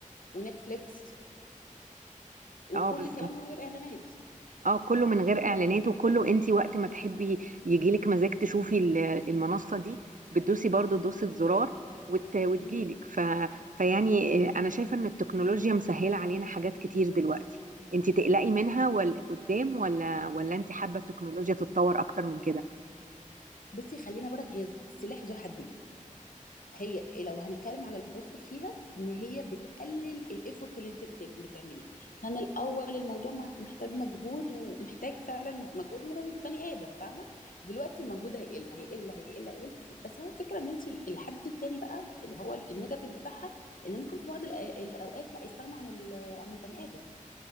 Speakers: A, on the left (about 80°); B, on the right (about 70°).
A: ونتفليكس وكل
B: اه بالظبط
A: الكلام ده من غير اعلانات
B: اه كله من غير اعلانات وكله انت وقت ما تحبي يجيلك مزاج تشوفي ال- المنصه دي بتدوسي برضو دوسه زرار وت... وتجيلك
A: مم.
B: ف... فيعني آه، انا شايفه ان التكنولوجيا مسهله علينا حاجات كتير دلوقتي انت تقلقي منها ولا قدام ولا ولا انت حابه التكنولوجيا تتطور اكتر من كده
A: بصي خلينا برك هي سلاح ذو حدين هي إيه، لو هنتكلم على البوست فيها ان هي بتقلل الايفورت اللي انت بت- بتعمليه كان الاول الموضوع مح- محتاج مجهود ومحتاج فعلا مجهود من البني ادم فاهمه دلوقتي المجهود هيقل هيقل هيقل هيقل بس هو فكره ان انت الحد التاني بقى اللي هو ال- النيجاتيف بتاعها ان ممكن في بعض الأ- الاوقات لا يستغنوا عن ال- عن البني ادم